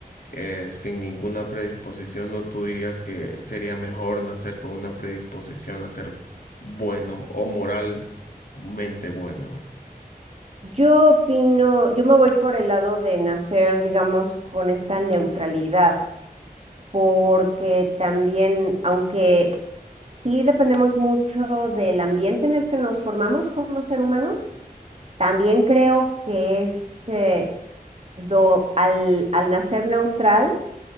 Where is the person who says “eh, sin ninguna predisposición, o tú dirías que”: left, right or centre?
Left